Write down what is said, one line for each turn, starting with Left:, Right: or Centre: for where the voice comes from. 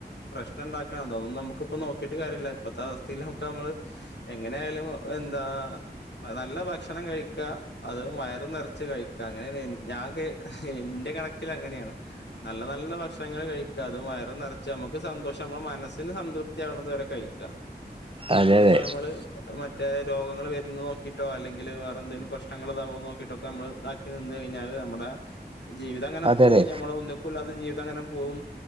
Left: പ്രശ്നംണ്ടാക്കാ അതാെന്നും നമുക്ക്പ്പാെ നോക്കീട്ട് കാര്യല്ല ഇപ്പത്തെ അവസ്തീലൊക്കെ നമ്മള് എങ്ങനെയ ആായാലും എന്താ നല്ല ഭക്ഷണം കഴിക്ക അതും വയറും നറച്ചു ച് കഴിക്ക അങ്ങന ഞാൻ എന്റെ കണക്കിൽ അങ്ങനെയാണ് നല്ല നല്ല ഭക്ഷണൾ കഴി അത് വയറ് നിറച്ച് നമുക്ക് സന്തോഷം നമ്മുടെ മനസ്സിന് സംതൃപ്തി ആവേണത് വരെ കഴിക്കാം
Right: അതെ
Left: അതിലിപ്പോ
Right: അതെ
Left: നമ്മൾ മറ്റേ രോഗങ്ങൾ വരും നോക്കിട്ടോ അല്ലെങ്കിൽ ല് വേറെന്തേലും പ്രശ്നങ്ങൾ ഇതാവോ നോക്കീട്ടൊക്കെ നമ്മള് ഇതാക്കി നിന്ന് കയ്ഞ്ഞാല് നമ്മ്ടെ ജീവിത അങ്ങനെ
Right: അതെ
Left: പോവുംുംഞമ്മൾ
Right: അതെ
Left: ഒന്നിക്കൂില്ലാതെ ജീവിം അങ്ങനെ പോകും